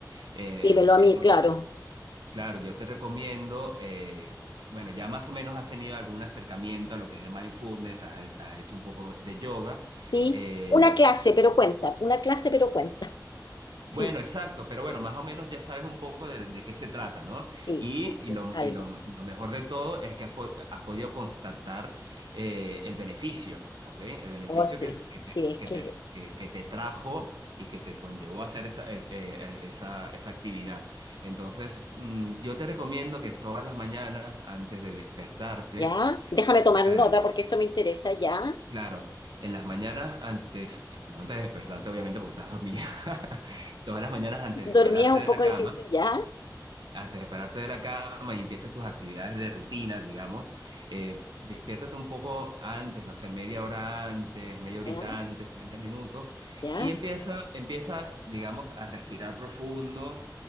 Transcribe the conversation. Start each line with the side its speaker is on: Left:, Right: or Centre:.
Right: Eh,
Left: dímelo a
Right: entonces,
Left: mí, claro.
Right: Claro, yo te recomiendo, eh, bueno, ya más o menos has tenido algún acercamiento a lo que es el mindfulness, has, has hecho un poco de yoga,
Left: Sí,
Right: eh,
Left: una clase, pero cuenta, una clase, pero cuenta. Sí,
Right: bueno, exacto, pero bueno, más o menos ya sabes un poco de, de qué se trata, ¿no?
Left: sí,
Right: Y,
Left: sí, sí,
Right: y lo,
Left: algo.
Right: y lo- lo mejor de todo es que has, po- has podido constatar eh, el beneficio, ¿ok? El beneficio
Left: Oh, sí,
Right: que, que
Left: sí,
Right: te,
Left: es
Right: que
Left: que
Right: te- que- que te trajo y que te conllevó a hacer esa, eh, eh, esa, esa actividad. Entonces, mm, yo te recomiendo que todas las mañanas, antes de despertarte,
Left: ya. Déjame tomar
Right: eh,
Left: nota porque esto me interesa, ya.
Right: Claro, en las mañanas antes, no antes de despertarte obviamente porque estás dormida, <laughs> todas las mañanas antes de
Left: Dormía
Right: pararte
Left: un
Right: de
Left: poco
Right: la cama,
Left: difícil, ya.
Right: antes de pararte de la cama y empieces tus actividades de rutina, digamos, eh, despiértate un poco antes, no sé, media hora antes, media
Left: Ya,
Right: horita antes, 30 minutos,
Left: ya.
Right: y empieza, empieza, digamos, a respirar profundo.